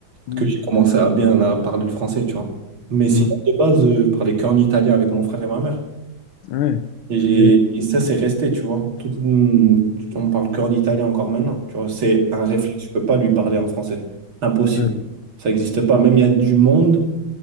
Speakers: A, on the left; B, on the right.
A: Mhm.
B: que j'ai commencé à bien à parler le français, tu vois. Mais
A: Mhm.
B: sinon, de base, euh, je parlais qu'en italien avec mon frère et ma mère.
A: Ouais.
B: Et, j'ai-
A: Et,
B: et ça, c'est resté, tu vois. Tout, hum, on parle qu'en italien encore maintenant, tu vois. C'est un réflexe, je peux pas lui parler en français. Impossible.
A: ouais, ok.
B: Ça n'existe pas. Même il y a du monde.